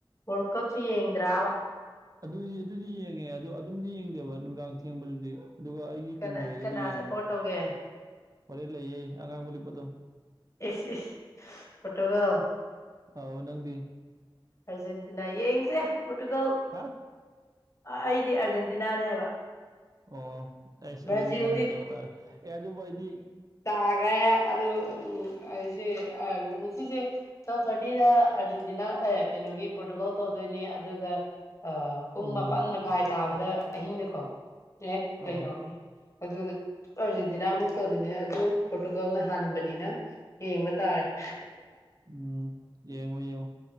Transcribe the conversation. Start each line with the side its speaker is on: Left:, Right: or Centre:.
Left: ꯋꯥ꯭ꯔꯜ ꯀꯞꯁꯤ ꯌꯦꯡꯗ꯭ꯔꯥꯕ
Right: ꯑꯗꯨꯗꯤ ꯑꯗꯨꯗꯤ ꯌꯦꯡꯉꯦ ꯑꯗꯣ ꯑꯗꯨꯝꯗꯤ ꯌꯦꯡꯗꯦꯕ ꯅꯨꯡꯗꯥꯡ ꯊꯦꯡꯕꯗꯨꯗꯤ ꯑꯗꯨꯒ ꯑꯩꯒꯤ
Left: ꯀꯅꯥ
Right: ꯇꯤꯝ ꯂꯩꯔꯒꯗꯤ
Left: ꯀꯅꯥ
Right: ꯌꯦꯡꯉꯦ
Left: ꯁꯞꯄꯣꯔꯠ ꯇꯧꯒꯦ
Right: ꯍꯣꯔꯦꯟ ꯂꯩꯌꯦ ꯑꯉꯥꯡꯕ ꯂꯤꯠꯄꯗꯣ
Left: ꯏꯁ ꯏꯁ ꯄꯣꯇꯨꯒꯜ
Right: ꯑꯥꯎ ꯅꯪꯗꯤ
Left: ꯑꯥꯔꯖꯦꯟꯇꯤꯅꯥ ꯌꯦꯡꯁꯦ ꯄꯣꯔꯇꯨꯒꯜ
Right: ꯍꯥ
Left: ꯑꯩꯗꯤ ꯑꯥꯔꯖꯦꯟꯇꯤꯅꯥꯅꯦ ꯍꯥꯏꯕ
Right: ꯑꯣ ꯑꯩꯁ
Left: ꯕ꯭ꯔꯥꯖꯤꯜꯗꯤ
Right: ꯑꯗꯨꯗꯤ ꯏꯕꯥꯅꯤ ꯀꯩꯅꯣ ꯇꯥꯔꯦ ꯑꯦ ꯑꯗꯨꯕꯨ ꯑꯩꯗꯤ
Left: ꯇꯥꯒ꯭ꯔꯦ ꯑꯗꯨ ꯑꯩꯁꯦ ꯁꯤꯁꯦ ꯇꯣꯞ ꯐꯣꯔꯇꯤꯗ ꯑꯔꯖꯦꯟꯇꯤꯅꯥ ꯑꯦ ꯀꯩꯅꯣꯒꯤ ꯄꯣꯔꯇꯨꯒꯜ ꯇꯧꯗꯣꯏꯅꯤ ꯑꯗꯨꯒ ꯄꯨꯡ
Right: ꯎꯝ
Left: ꯃꯥꯄꯜ ꯃꯥꯏ ꯇꯥꯕꯗ ꯑꯍꯤꯡꯗꯀꯣ ꯑꯦ
Right: ꯑꯧ
Left: ꯀꯩꯅꯣ ꯑꯦ ꯑꯗꯨꯗ ꯑꯥꯔꯖꯦꯟꯇꯤꯅꯥꯃꯨꯛ ꯇꯧꯗꯣꯏꯅꯦ ꯑꯗꯨ ꯄꯣꯔꯇꯨꯒꯥꯜꯅ ꯍꯥꯟꯕꯅꯤꯅ ꯌꯦꯡꯕ ꯇꯥꯔꯦ
Right: ꯎꯝ ꯌꯦꯡꯉꯣ ꯌꯦꯡꯉꯣ